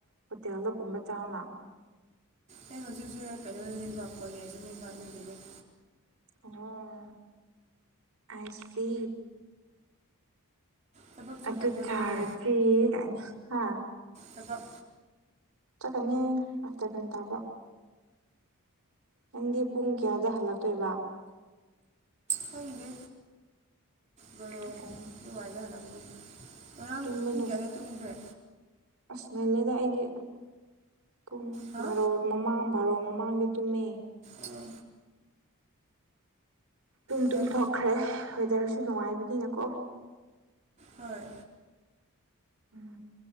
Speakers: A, on the right (about 70°); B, on the right (about 30°).
A: ꯍꯣꯇꯦꯜꯗꯒꯨꯝꯕ ꯆꯥꯎꯅ
B: ꯑꯩꯅ ꯍꯧꯖꯤꯛꯁ‌ꯦ ꯀꯩꯅꯣꯗꯅ‌ꯦꯕ ꯀꯣꯂ‍ꯦꯖꯅ‌ꯦꯕ ꯑꯗꯨꯒꯤꯅ‍ꯦ
A: ꯑꯣꯍ‌ꯣ ꯑꯥꯏ ꯁꯤ
B: ꯊꯕꯛ ꯆꯠꯇ꯭ꯔꯕꯣ
A: ꯑꯗꯨ ꯆꯥꯔꯖꯤ
B: ꯅꯪꯗꯤ
A: ꯀꯥꯏꯅ‌ ꯍꯥ
B: ꯊꯕꯥꯛ
A: ꯆꯠꯀꯅꯤ ꯑꯥꯐꯇꯔꯅꯨꯟ ꯇꯥꯕ ꯅꯪꯗꯤ ꯄꯨꯡ ꯀꯌꯥꯗ ꯍꯜꯂꯛꯇꯣꯏꯕ
B: ꯈꯪꯗꯦ ꯕꯥꯔ‌ꯣ
A: ꯑꯣ
B: ꯑꯗꯨꯋꯥꯏꯗ‌ ꯍꯂꯛꯀꯅꯤ ꯉꯔꯥꯡ
A: ꯇꯨꯝꯕ
B: ꯄꯨꯡ
A: ꯅꯨꯡ
B: ꯀꯌꯥꯗ ꯇꯨꯝꯈ꯭ꯔꯦ
A: ꯑꯁ ꯉꯟꯂꯦꯗ ꯑꯩꯗꯤ ꯄꯨꯡ
B: ꯍꯥ
A: ꯕꯥꯔꯣ ꯃꯃꯥꯡ ꯚꯥꯔꯣ ꯃꯃꯥꯡꯗ ꯇꯨꯝꯃꯦ
B: ꯑꯣ
A: ꯇꯨꯝ ꯇꯨꯝ
B: ꯌꯥꯝ
A: ꯊꯣꯛꯣꯛꯈ꯭ꯔꯦ ꯋꯦꯗꯔꯁꯨ ꯅꯨꯡꯉꯥꯏꯕꯅꯤꯅꯀꯣ
B: ꯍꯣꯏ
A: ꯎꯝ